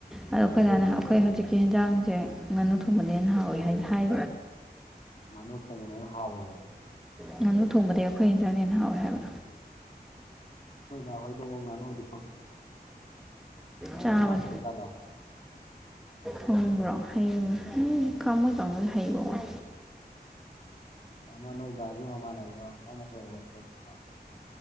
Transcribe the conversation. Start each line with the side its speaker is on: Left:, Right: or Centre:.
Centre: ꯑꯗꯣ ꯑꯩꯈꯣꯏꯅꯅ
Left: ꯑꯥ
Centre: ꯑꯩꯈꯣꯏ ꯍꯧꯖꯤꯛꯀꯤ ꯍꯟꯖꯥꯡꯁꯦ ꯉꯥꯅꯨ ꯊꯣꯡꯕꯅꯦꯅꯍꯥꯎꯋꯏ ꯍꯥꯏꯅ ꯍꯥꯏ
Left: ꯃꯥꯅꯨ ꯊꯣꯡꯕꯅꯦꯅ ꯍꯥꯎꯋꯦꯌꯦ
Centre: ꯉꯥꯅꯨ ꯊꯣꯡꯕꯗꯒꯤ ꯑꯩꯈꯣꯏ ꯍꯤꯟꯖꯥꯡꯅ ꯍꯦꯟꯅ ꯍꯥꯎꯋꯦ ꯍꯥꯏꯕ
Left: ꯍꯣꯏꯗ ꯍꯣꯏꯗꯕ ꯅꯥꯟꯅ ꯍ ꯑꯗꯨ
Centre: ꯆꯥꯋꯜ
Left: ꯑꯝꯇ ꯍꯩꯇꯖꯥꯠꯂꯥ
Centre: ꯍꯣꯡꯕ꯭ꯔꯣ ꯍ ꯍ ꯈꯥ ꯃ ꯑꯣꯏ ꯍꯩꯕꯧꯏ
Left: ꯑꯃ ꯅꯣꯏꯗꯥꯒꯤ ꯃꯃꯥꯟꯅꯕ ꯅꯪꯅ ꯍꯦꯛꯦꯛ ꯍꯦꯛ ꯈꯣꯠꯄ